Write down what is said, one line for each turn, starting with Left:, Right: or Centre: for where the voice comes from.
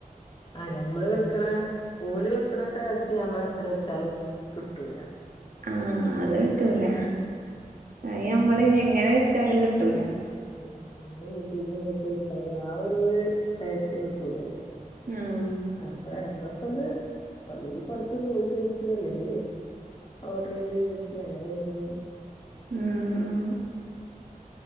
Left: ആഹ് ഞമ്മള് വെക്ക്ണ, ഓല് വെക്ക്ണ ടേസ്റ്റ് ഞമ്മളെത്ര വെച്ചാലും കിട്ടൂലാ.
Right: ആഹ്. അത് കിട്ടൂല.
Left: ഏ..
Right: അയി ഞമ്മള് എങ്ങനെ വെച്ചാലും കിട്ടൂല.
Left: <inaudible> യൂട്യൂബില് നോക്കി വെച്ചാലും ആ ഒര് ടേസ്റ്റ് കിട്ടൂല്ലല്ലോ.
Right: ഉം
Left: അപ്പ എടക്കൊക്കൊന്ന്, ഒന്നെങ്കി പൊറത്ത് പോയി കഴിച്ചോ അല്ലെങ്കി ഓഡറേയ്ത് വെര്ത്തി അങ്ങനെ തിന്നും
Right: ഉം ഉം